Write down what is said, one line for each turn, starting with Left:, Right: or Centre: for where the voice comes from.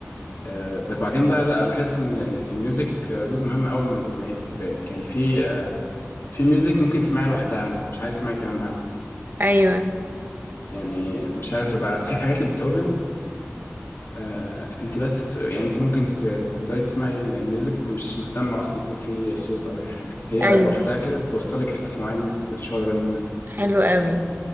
Left: أه بس بعدين بقى لاحظت إن الميوزك جزء مهم أوي من الأغنية خد بالك يعني في آه، في ميوزك ممكن تسمعيها لوحدها مش عايز تسمعي كلام معاها كمان
Right: أيوه
Left: يعني مش عارف تبقى في حاجات لبيتهوفن آه انت بس بت... يعني انت ممكن ت- تفضلي تسمعي ال- الميوزك ومش مهتمة اصلا يكون في صوت او اي حاجة هي
Right: أيوه
Left: لوحدها كده بتوصلك احساس معين انت ما كنتش واخدة بالك منه
Right: حلو قوي